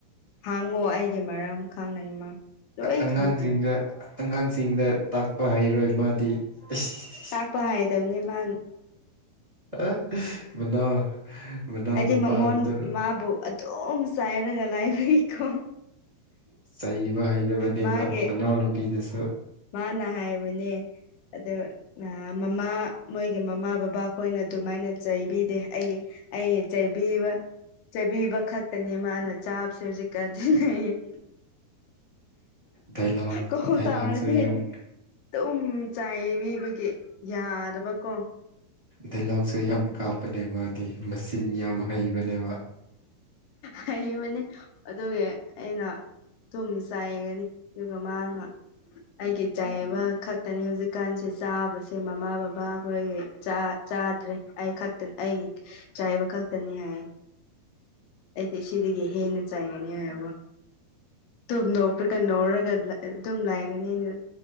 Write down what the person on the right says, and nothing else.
ꯑꯉꯥꯡꯁꯤꯡꯗ
ꯑꯉꯥꯡꯁꯤꯡꯗ ꯇꯥꯛꯄ ꯍꯩꯔꯣꯏ ꯃꯥꯗꯤ ꯏꯁꯁ
ꯑ ꯃꯅꯥꯎ ꯃꯅꯥꯎ
ꯅꯨꯄꯥꯗꯨꯁꯨ
ꯆꯩꯕ ꯍꯩꯇꯕꯅꯅꯦ
ꯃꯥ ꯃꯅꯥꯎꯅꯨꯄꯤꯗꯁꯨ
ꯗꯥꯏꯂꯣꯛ
ꯗꯥꯏꯂꯣꯛꯁꯨ
ꯌꯥꯝ
ꯗꯥꯏꯂꯣꯛꯁꯨ ꯌꯥꯝ ꯀꯥꯞꯄꯅꯦ ꯃꯥꯗꯤ ꯃꯆꯤꯟ ꯌꯥꯝ ꯍꯩꯕꯅꯦꯕ